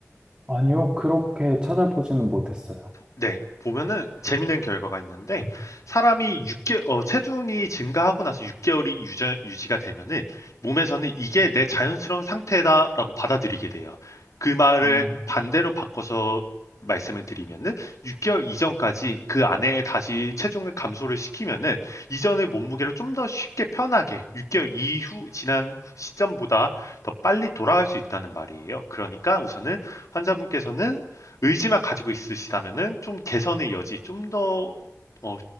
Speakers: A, on the right; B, on the left.
A: 아니요, 그렇게 찾아보지는 못했어요.
B: 네, 보면은 재밌는 결과가 있는데 사람이 육 개 어, 체중이 증가하고 나서 6개월이 유지 유지가 되면은 몸에서는 이게 내 자연스러운 상태다라고 받아들이게 돼요. 그 말을
A: 어.
B: 반대로 바꿔서 말씀을 드리면은 6개월 이전까지 그 안에 다시 체중을 감소를 시키면은 이전의 몸무게를 좀 더 쉽게 편하게 6개월 이후 지난 시점보다 더 빨리 돌아갈 수 있다는 말이에요. 그러니까 우선은 환자분께서는 의지만 가지고 있으시다면은 좀 개선의 여지, 좀 더 어,